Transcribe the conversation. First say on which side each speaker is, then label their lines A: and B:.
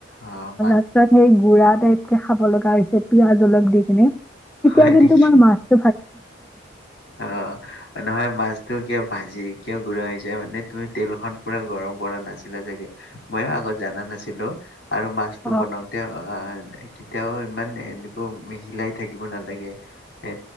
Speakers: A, on the left (about 60°); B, in the centre.
A: অ', মা
B: তাচত সেই গুড়া টাইপ কে খাব লগা হৈছে, পিয়াজ অলপ দি কিনে। তেতিয়া,
A: হয়
B: কিন্তু
A: নেকি
B: মই মাছ <unintelligible>
A: অ'। নহয় মাছতো কিয় ভাজি, কিয় গুৰা হৈ যায় মানে, তুমি তেলখন পুৰা গৰম কৰা নাছিলা চাগে। মইও আগত জানা নাছিলো, আৰু মাছটো
B: অ
A: বনাওঁতে অ' কেতিয়াও ইমান এনেকুৱ হিলাই থাকিব নালাগে। এ